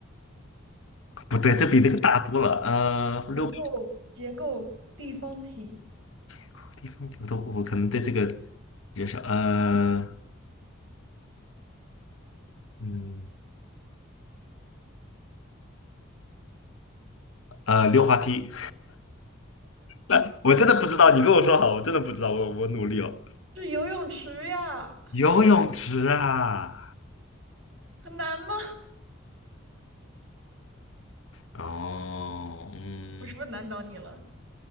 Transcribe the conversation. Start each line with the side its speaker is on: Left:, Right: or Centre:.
Left: 不对，这比那个大多了，呃，
Right: 结构结构立方体
Left: 溜冰场地方我都我可能对这个比较少，呃，嗯，呃，溜滑梯，来，我真的不知道，你跟我说好，我真的不知道，我我努力哦。
Right: 是游泳池呀，
Left: 游泳池啊，
Right: 很难吗？
Left: 哦，嗯，
Right: 我是不是难倒你了？